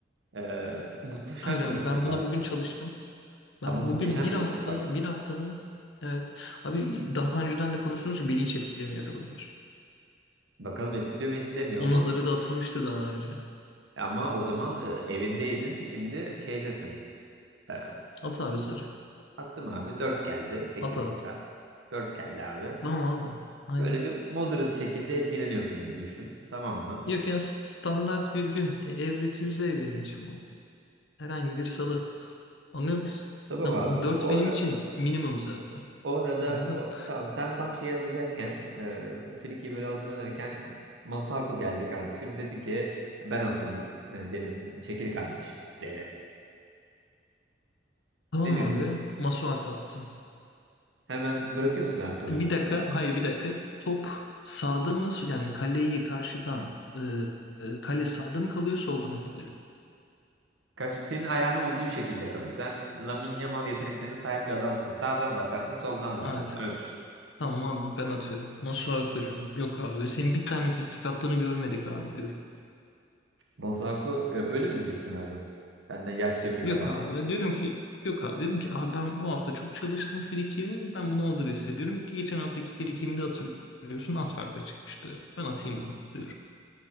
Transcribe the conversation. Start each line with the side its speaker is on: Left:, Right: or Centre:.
Right: Ee, muhteşem
Left: Hayır abi
Right: bir ıslık
Left: ben bunu
Right: var.
Left: bugün çalıştım. Ben
Right: Ama muhteşem
Left: bugün bir
Right: bir
Left: hafta,
Right: ıslık var.
Left: bir haftanın evet abi daha önceden de konuştuğumuz gibi beni hiç etkilemiyor bunlar.
Right: Bakalım etkiliyor mu etkilemiyor
Left: Onun
Right: mu?
Left: zarı da atılmıştı daha önce.
Right: Ama o zaman e, evindeydin. Şimdi şeydesin. Ee,
Left: At abi zarı.
Right: Attım abi. dört geldi. 8'lik
Left: At abi.
Right: abi. dört geldi abi.
Left: Tamam abi. Aynen.
Right: Böyle bir moderate şekilde etkileniyorsun gibi düşün. Tamam mı?
Left: Yok ya standart bir gün. E, Every Tuesday benim için bu. Herhangi bir salı. Anlıyor musun?
Right: Tamam
Left: Tamam.
Right: abi.
Left: dört
Right: O
Left: benim
Right: ara
Left: için minimum zaten.
Right: o arada
Left: Anladın?
Right: o- tamam sen tam şeyi atacakken e, Friki böyle hazırlanırken Masako geldi kardeşim. Dedi ki ben atayım e, Deniz. Çekil kardeşim dedi.
Left: Tamam
Right: Ne diyorsun?
Left: abi. Masuha kalsın.
Right: Hemen bırakıyor musun abi topu
Left: Bir
Right: Masako?
Left: dakika, hayır bir dakika. Top sağda mı? sol- Yani kaleyi karşıdan e, e, kale sağda mı kalıyor, solda mı kalıyor?
Right: Kardeşim senin ayağına uygun şekilde kalıyor. Sen Lamine Yamal yeteneklerine sahip bir adamsın. Sağdan da atarsın, soldan da atarsın.
Left: Evet.
Right: Öyle düşün.
Left: Tamam abi ben atıyorum. Nasıl akıcım? Yok abi. Senin bir tane frikik attığını görmedik abi diyorum.
Right: Masako ya böyle mi diyeceksin abi? Benden yaşça büyük
Left: Yok
Right: adam.
Left: abi. Diyorum ki yok abi. Dedim ki abi ben bu hafta çok çalıştım frikiye. Ben bunu hazır hissediyorum ki geçen haftaki frikiğimi de hatırlıyorsun az farkla çıkmıştı. Ben atayım bunu diyorum.